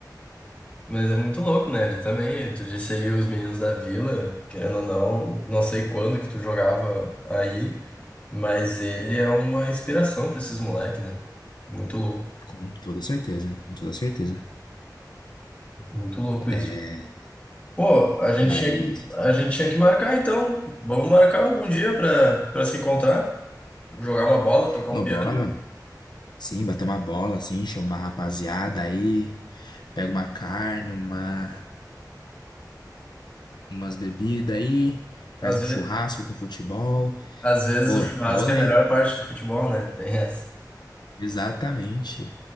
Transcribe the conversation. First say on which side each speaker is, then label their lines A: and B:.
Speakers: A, on the left (about 20°); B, on the left (about 75°).
A: Mas é muito louco, né? Ele também, tu disse aí os meninos da Vila, querendo ou não, não sei quando que tu jogava aí. Mas ele é uma inspiração pra esses moleques, né? Muito louco,
B: Com toda certeza, com toda certeza.
A: muito louco isso.
B: É,
A: Pô, a gente
B: mas
A: tinha que, a gente tinha que marcar então. Vamos marcar algum dia pra, pra se encontrar, jogar uma bola, tocar
B: no
A: um piano.
B: bola, sim, bater uma bola, assim, chamar a rapaziada aí, pega uma carne, uma, umas bebidas aí, faz
A: Às,
B: um
A: ve-
B: churrasco com futebol.
A: às vezes
B: Pô,
A: o churrasco
B: rolê.
A: é a melhor parte do futebol, né? Tem essa.
B: Exatamente.